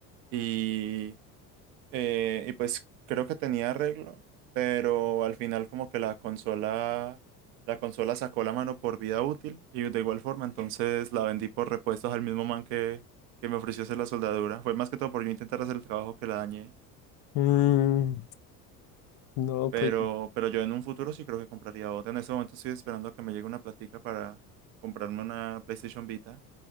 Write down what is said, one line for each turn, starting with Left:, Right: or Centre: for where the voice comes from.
Right: y Eh, y pues creo que tenía arreglo, pero al final como que la consola, la consola sacó la mano por vida útil y de igual forma entonces la vendí por repuestos al mismo man que, que me ofreció hacer la soldadura. Fue más que todo por yo intentar hacer el trabajo que la dañé,
Left: Mm, no,
Right: pero,
Left: pues
Right: pero yo en un futuro sí creo que compraría otra. En este momento estoy esperando a que me llegue una platica para comprarme una PlayStation Vita.